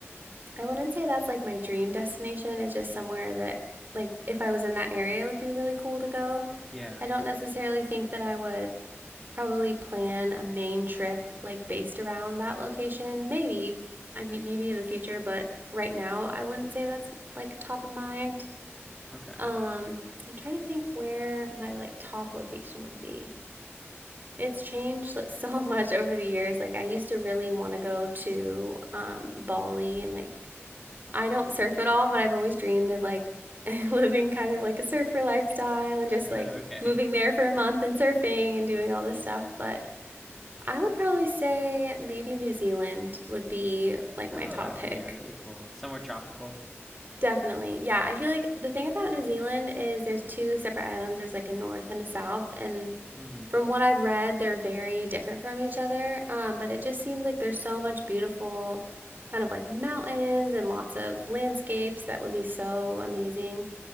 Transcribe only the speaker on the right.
I wouldn't say that's like my dream destination. It's just somewhere that, like, if I was in that area, it would be really cool to go.
I don't necessarily think that I would probably plan a main trip like based around that location. Maybe, I mean, maybe in the future, but right now, I wouldn't say that's like top of mind.
Um, I'm trying to think where my like top location would be. It's changed <laughs> like, so much over the years. Like I used to really want to go to um, Bali, and like I don't surf at all, but I've always dreamed of like <laughs> living kind of like a surfer lifestyle and
just like
moving there for a month and surfing and doing all this stuff. But I would probably say maybe New Zealand would be like my
top
pick.
Definitely. Yeah, I feel like the thing about New Zealand is there's two separate islands. There's like a north and a south, and
from what I've read, they're very different from each other. Um, but it just seems like there's so much beautiful, kind of like mountains and lots of landscapes that would be so amazing.